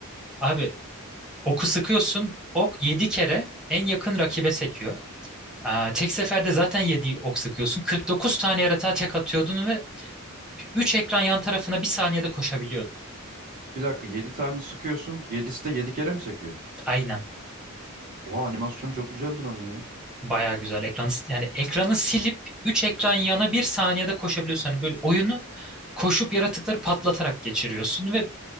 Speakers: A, in the centre; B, on the right (about 40°).
A: Abi Oku sıkıyorsun. Ok 7 kere en yakın rakibe sekiyor. Aa, tek seferde zaten 7 ok sıkıyorsun. 49 tane yaratığa tek atıyordun ve 3 ekran yan tarafına bir saniyede koşabiliyordun.
B: Bir dakika 7 tane sıkıyorsun. 7'si de 7 kere mi sekiyor?
A: Aynen.
B: Oha animasyonu çok güzeldir onun ya.
A: Baya güzel. Ekranı, yani ekranı silip 3 ekran yana bir saniyede koşabiliyorsun. Hani böyle oyunu koşup yaratıkları patlatarak geçiriyorsun ve